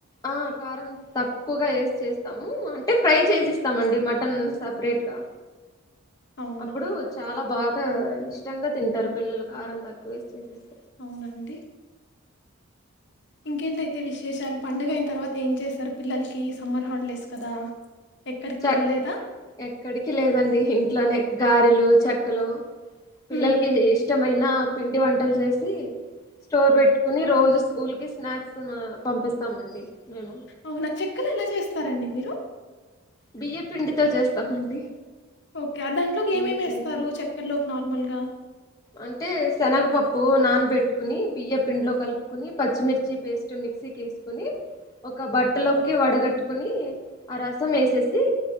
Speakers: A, on the left (about 15°); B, on the left (about 50°).
A: ఆ కారం తక్కువగా వేసి చేస్తాము అంటే ఫ్రై చేసీస్తామండి మటన్ సెపరేట్ గా
B: అవునా!
A: అప్పుడు చాలా బాగా ఇష్టంగా తింటారు పిల్లలు కారం తక్కువేసి చేస్
B: అవునండి ఇంకేంట తే విశేషాలు పండుగ అయిన తర్వాత ఏం చేసారు పిల్లలకి సమ్మర్ హాలిడేస్ కదా ఎక్కడికి
A: చ
B: వెళ్ళలేదా
A: ఎక్కడికి లేదండి ఇంట్లోనే గారెలు చెక్కలు పిల్లలకి
B: ఉమ్
A: ఇష్టమైన పిండి వంటలు చేసి స్టోర్ పెట్టుకుని రోజు స్కూల్ కి స్నాక్స్ మా పంపిస్తామండి మేము
B: అవునా చెక్కలు ఎలా చేస్తారండి మీరు
A: బియ్య పిండితో చేస్తామండి
B: ఓకే ఆ దాంట్లోకి
A: బియ్య
B: ఏమేమి
A: పిండిలో
B: ఎస్తారు చేకల్లోకి నార్మల్గా
A: అంటే శనగపప్పు నానబెట్టుకుని బియ్య పిండిలో కలుపుకుని పచ్చిమిర్చి పేస్ట్ మిక్సీకి వేసుకుని ఒక బట్టలోకి వడగట్టుకుని ఆ రసం వేసేసి